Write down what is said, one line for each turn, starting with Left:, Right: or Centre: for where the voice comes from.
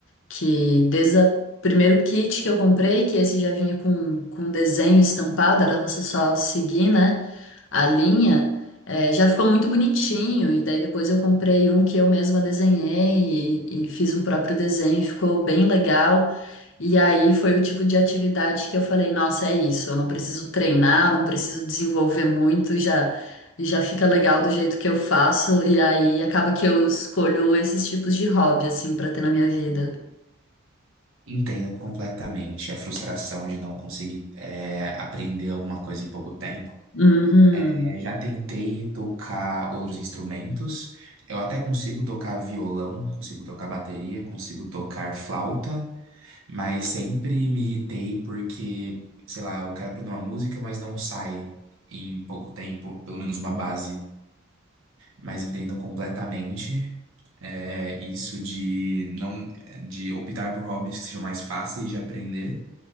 Left: que desde o primeiro kit que eu comprei, que esse já vinha com, com desenho estampado, era você só seguir, né, a linha, eh, já ficou muito bonitinho. E daí depois eu comprei um que eu mesma desenhei e, e fiz um próprio desenho, ficou bem legal. E aí foi o tipo de atividade que eu falei, nossa, é isso, eu não preciso treinar, eu não preciso desenvolver muito, já já fica legal do jeito que eu faço, e aí acaba que eu escolho esses tipos de hobby assim pra ter na minha vida.
Right: Entendo completamente a frustração de não conseguir é, aprender alguma coisa em pouco tempo.
Left: Uhum.
Right: É, já tentei tocar outros instrumentos. Eu até consigo tocar violão, consigo tocar bateria, consigo tocar flauta. Mas sempre me irritei porque, sei lá, eu quero aprender uma música, mas não sai em pouco tempo, pelo menos uma base. Mas entendo completamente é, isso de não de optar por hobbies que sejam mais fáceis de aprender.